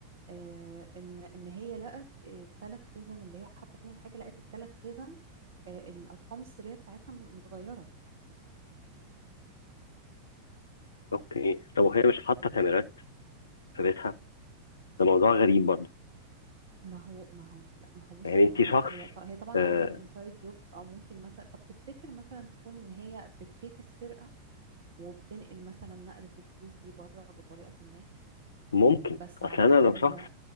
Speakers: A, on the right; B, on the left.
A: آه، ان ان هي لقت الثلاث خزن اللي هي حاطه فيهم الحاجه لقت الثلاث خزن آه، الارقام السريه بتاعتها متغيره
B: اوكي طب وهي مش حاطه كاميرات في بيتها ده موضوع غريب برضه
A: ما هو ما هو لا ما هو بص
B: يعني
A: ما
B: انت
A: هو
B: شخص
A: هي ط- هي طبعا
B: آه،
A: اولا انسايد جوب او ممكن مثلا طب تفتكر مثلا تكون ان هي بتفيك السرقه وبتنقل مثلا نقله الفلوس دي بره بطريقه ما
B: ممكن
A: بس
B: اصل
A: علشان
B: انا لو شخص